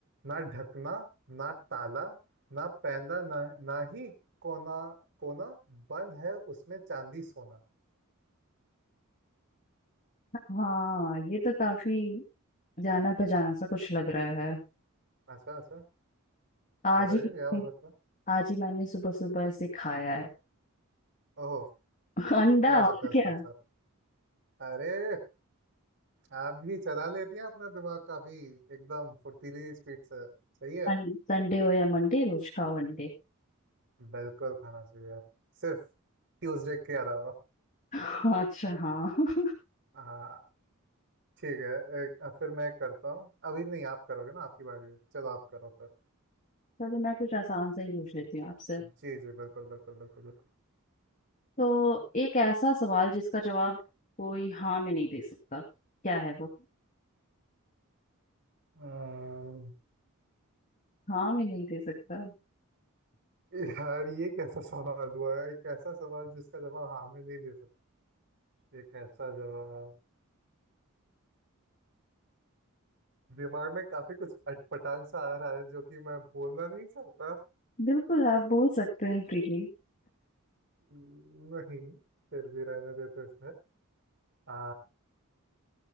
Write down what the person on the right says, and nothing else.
ना ढकना ना ताला ना पैंदा ना ना ही कोना कोना बंद है उसमें चांदी सोना
अच्छा अच्छा
बताइए
क्या हो सकता है
ओहो
क्या हो
सकता है इसका
आंसर अरे आप भी चला लेती हैं अपना दिमाग काफी एकदम फुर्तीली स्पीड से सही है
बिल्कुल खाना चाहिए यार सिर्फ ट्यूसडे के अलावा
हाँ ठीक है एक, अ, फिर मैं करता हूँ अभी नहीं आप करोगे ना आपकी बारी है चलो आप करो फिर
जी जी बिल्कुल बिल्कुल बिल्कुल बिल्कुल
अम्म,
यार ये कैसा सवाल हुआ है एक ऐसा सवाल जिसका जवाब हाँ में नहीं दे सकते एक ऐसा जवाब दिमाग में काफी कुछ अटपटांग सा आ रहा है जो कि मैं बोलना नहीं चाहता
नहीं फिर भी रहने देते इसमें आ,